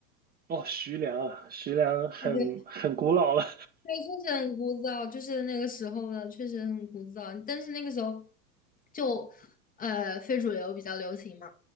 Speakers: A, on the right; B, on the left.
A: 哦，徐良啊，徐良很很古老了。
B: <laughs> 对，确实很枯燥，就是那个时候的，确实很枯燥。但是那个时候就呃非主流比较流行嘛，